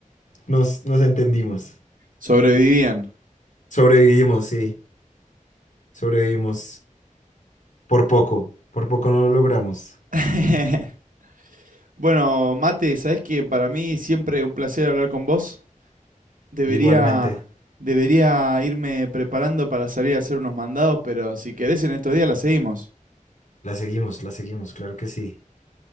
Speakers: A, on the left; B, on the right.
A: nos, nos entendimos.
B: Sobrevivían.
A: Sobrevivimos, sí, sobrevivimos. Por poco, por poco no lo logramos.
B: <laughs> Bueno, Mate, sabes que para mí siempre un placer hablar con vos? Debería,
A: Igualmente,
B: debería irme preparando para salir a hacer unos mandados, pero si querés en estos días la seguimos.
A: la seguimos, la seguimos, claro que sí.